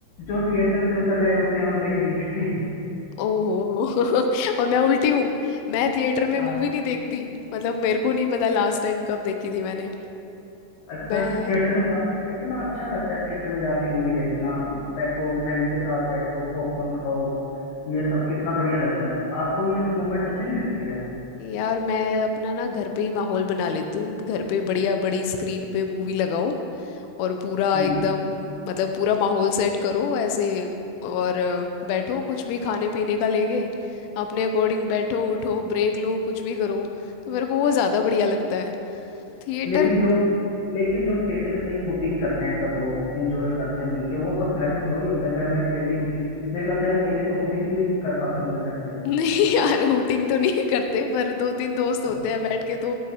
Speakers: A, on the left (about 65°); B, on the left (about 80°).
A: जो थिएटर से उतर जाए उसे हम नहीं देखते
B: ओहो <laughs> और मैं उल्टी हूँ मैं थिएटर में
A: हाँ
B: मूवी नहीं देखती मतलब मेरे को नहीं पता लास्ट टाइम कब देखी थी मैंने
A: अच्छा
B: मैं
A: थिएटर में जाना इतना अच्छा लगता है थिएटर में जाके मूवी देखना बैठो फ्रेंड्स के साथ बैठो पॉपकॉर्न खाओ ये सब कितना बढ़िया लगता है आपको ये सब मोमेंट्स अच्छे नहीं लगते क्या
B: यार मैं अपना ना घर पे ही माहौल बना लेती हूँ घर पे बढ़िया बड़ी स्क्रीन पे मूवी लगाओ और पूरा
A: हम्म
B: एकदम मतलब पूरा माहौल सेट करो ऐसे और अ, बैठो कुछ भी खाने पीने का लेके अपने अकॉर्डिंग बैठो उठो ब्रेक लो कुछ भी करो तो मेरे को वो ज़्यादा बढ़िया लगता है थिएटर
A: लेकिन जो लेकिन जो थिएटर में हुटिंग करते हैं सब लोग इंजॉय करते हैं मिलके वो सब घर में थोड़ी होता है घर में अकेले ही हुटिंग मेरे ख्याल से अकेले तो हुटिंग भी नहीं कर पाते होंगे घर पे
B: नहीं यार हूटिंग तो नहीं करते पर दो तीन दोस्त होते
A: हाँ
B: हैं बैठ के तो